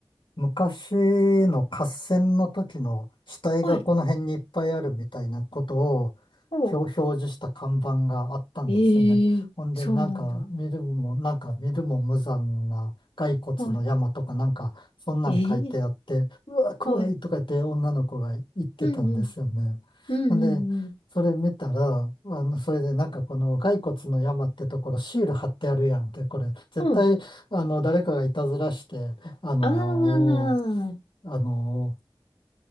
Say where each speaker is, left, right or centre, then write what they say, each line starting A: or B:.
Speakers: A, on the left (about 60°); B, on the left (about 80°).
A: 昔の合戦の時の死体がこの辺にいっぱいあるみたいなことを
B: はい。おう。
A: 表、表示した看板があったんですよね。
B: えー、
A: ほんで、
B: そうなんだ。
A: なんか見るも、なんか見るも無残な骸骨の山とかなんか、
B: はい。
A: そんなん書いてあって、
B: えー、
A: うわ、怖いとか言って女の子が言ってたんですよね。
B: はい。うん、うん、うん、
A: ほんで、
B: うん、う
A: それ見たら、あの、それでなんかこの骸骨の山ってところシール貼ってあるやんって、これ絶対、
B: ん。うん。
A: あの、誰かがいたずらして、あの
B: あー。
A: ーあの